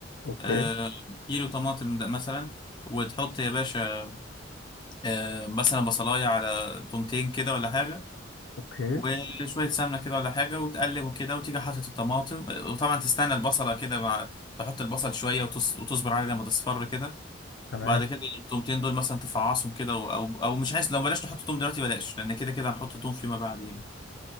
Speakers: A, on the left; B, on the left.
A: اوكي
B: آه، كيلو طماطم ده مثلا وتحط يا باشا آه، مثلا بصلاية على تومتين كده ولا حاجة
A: اوكي
B: وشوية سمنة كده ولا حاجة وتقلب كده وتيجي حاطط الطماطم آه، وطبعا تستنى البصلة كده مع تحط البصل شوية وتص... وتصبر عليه لما تصفر كده
A: تمام
B: بعد كده التومتين دول مثلا تفعصهم كده و- أو أو مش عايز لو بلاش تحط توم دلوقتي بلاش لأن كده كده هنحط توم فيما بعد يعني